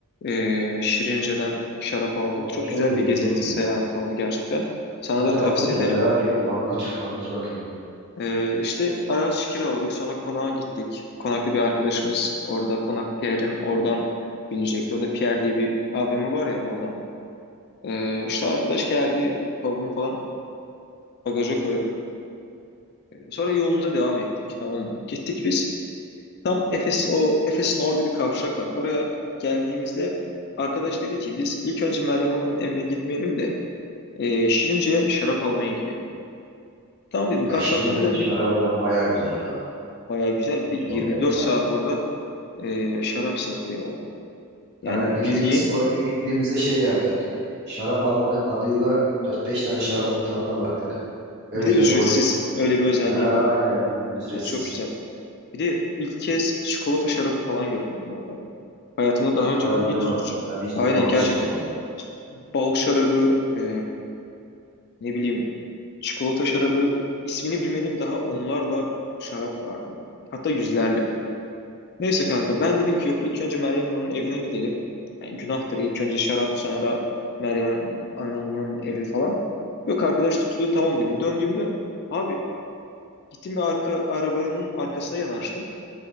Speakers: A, on the left; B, on the right.
A: e, Şirince'den şarap aldık.
B: Aa,
A: Çok
B: çok
A: güzel
B: iyi
A: bir gezinti
B: çok iyi.
A: seyahat oldu gerçekten. Sana
B: Hadi
A: da tavsiye
B: anlat ya
A: ederim.
B: merak ettim anlat. Anlat bakayım.
A: E, işte araç kiraladık. Sonra konağa gittik. Konakta bir arkadaşımız orada. Konak Pierre'in oradan binecekti. Orada Pierre diye bir abimi var ya oradan. E, işte arkadaş geldi. Bavulunu falan bagaja koyduk. Sonra yolumuza devam ettik tamam mı? Gittik biz. Tam Efes o Efes'in orada bir kavşak var. Oraya geldiğimizde arkadaş dedi ki biz ilk önce Meryem Ana'nın evine gitmeyelim de e, Şirince'ye şarap almaya gidelim. Tamam dedim
B: Ya
A: kavşaktan
B: Şirince'nin
A: döndüğüm
B: şarabı da baya güzel ha.
A: baya güzel bir de
B: Çok
A: 24
B: efsane.
A: saat orada e, şarap satılıyor. orada. Yani
B: Aynen bir kez
A: bildiğin
B: biz oraya gittiğimizde şey yaptık. Şarap almak adıyla dört beş tane şarabın tadına baktık. Öylecene
A: bir de ücretsiz
B: doyduk çıktık.
A: öyle bir özelliği
B: Ha,
A: var.
B: aynen. Ücretsiz.
A: Yani çok güzel. Bir de ilk kez çikolata şarabı falan gördüm ben orada. Hayatımda daha önce
B: Hadi
A: hiç
B: canım. Ben hiçbir
A: aynen
B: zaman
A: gerçekten
B: içmedim ondan.
A: bal şarabı e, ne bileyim Çikolata şarabı ismini bilmediğim daha onlarla şarap vardı. Hatta yüzlerle. Neyse kanka ben dedim ki yok ilk önce Meryem Ana'nın evine gidelim. Yani günahtır ilk önce şarap sonra Meryem Ana'nın evi falan. Yok arkadaş tutturdu tamam dedim. Döndüğümde abi gittim bir arka arabanın arkasına yanaştım.